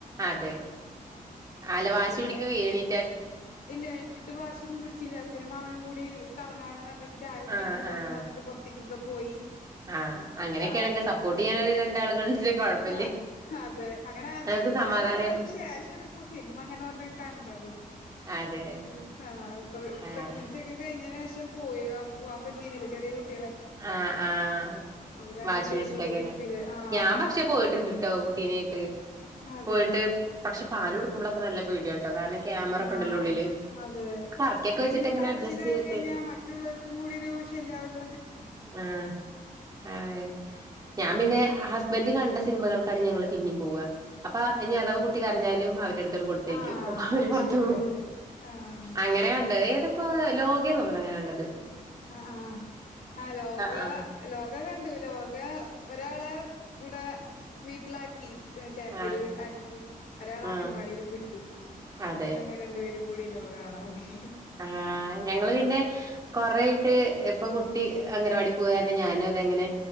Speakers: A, on the right; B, on the left.
A: അതെ ആള് വാശി
B: പിന്നെ
A: പിടിക്കോ എണീ
B: ഇല്ല എണീറ്റിട്ട് വാശി ഒന്നും പിടിച്ചില്ല അച്ഛനും മാമനും കൂടി കറങ്ങാനന്ന് പറഞ്ഞിട്ട് ചായ കുടിക്കാനൊക്കെ
A: ആഹ് ആഹ്
B: വന്ന് പറഞ്ഞിട്ട് പുറത്തേക്കൊക്കെ പോയി.
A: ആഹ് അങ്ങനെയൊക്കെയാണെങ്കിൽ
B: ആ
A: സപ്പോർട്ട് ചെയ്യാന് രണ്ടാളുകളുണ്ടെങ്കിൽ കൊഴപ്പല്ല
B: ആ അതെ അങ്ങനെ ആദ്യ
A: നമുക്ക്
B: ട്ട് കുറേ
A: സമാധാനായിട്ട്
B: നാളുകൾക്ക് ശേഷമാണ് ഇപ്പൊ സിനിമ അങ്ങനെ ഒരണ്ണം കണ്ടത്.
A: അതെ
B: ഉം ആ
A: ആഹ്
B: പ്രെഗ്നൻസി ഒക്കെ കഴി കഴിഞ്ഞതിന് ശേഷം പോയി പോകാൻ പറ്റിരുന്നില്ല ചെറിയ കുട്ടി
A: ആഹ ആഹ്
B: ഇവരാണെങ്കി
A: വാശി
B: തിയേറ്ററിൽ
A: പിടിച്ചിട്ടൊക്കെല്ലെ
B: പോയി ഇരിക്കൂലേ ആഹ്
A: ഞാൻ പക്ഷെ പോയിട്ടുണ്ട്ട്ടോ കുട്ടീനെയിട്ട്
B: അതെയ
A: പോയിട്ട് പക്ഷെ പാൽ കൊടുക്കുമ്പോളൊക്കെ നല്ല പോടിയാട്ടോ കാരണം ക്യാമറ
B: ആഹ്
A: ഒക്കെ ഉണ്ടല്ലോ ഉള്ളില്
B: അതെ
A: ടർക്കിയൊക്കെ
B: ഒരു
A: വെച്ചിട്ട്
B: പിന്നെ
A: ഇങ്ങനെ
B: കരച്ചിലായി
A: അഡ്ജസ്റ്റ് ചെയ്തിട്ട്
B: കഴിഞ്ഞാൽ മറ്റുള്ളവർക്കും കൂടി ഒരു ശല്യവുല്ല
A: ആ അ ഞാൻ
B: ഉം
A: പിന്നെ ഹസ്ബൻഡ് കണ്ട സിനിമകൾക്കാണ് ഞങ്ങൾ പിന്നയും പോവുക അപ്പൊ ഇനി അഥവാ കുട്ടി കരഞ്ഞാലും അവര് കൊടുത്തേക്കും
B: ആഹ്
A: അപ്പൊ അവര്
B: അത്
A: പുറത്ത്
B: ശരിയല്ലേ
A: പോകും
B: ആഹ്
A: അങ്ങനെ കണ്ട ഇപ്പൊ ലോക തോന്നുന്നു അങ്ങനെയ ഉള്ളത്
B: ആ ആഹ ആ ലോക ലോക
A: ആ
B: ലോക കണ്ടു ലോക ഒരാളെ ഇവിടെ വീട്ടിലാക്കി ചേട്ടത്തിടെ
A: ആ
B: വീട്ടി ആക്കി ഒരാൾ അംഗ
A: ആ
B: വാടിയിലും വിട്ടു എന്നി്ട്ട്
A: അതെ
B: ഞങ്ങൾരണ്ടു പേരും കൂടിലോക കാണാൻ പോയി.
A: ആഹ ഞങ്ങള് പിന്നെ കൊറയിട്ട് ഇപ്പൊ കുട്ടി അംഗവാടി ഞാനും അതെങ്ങനെ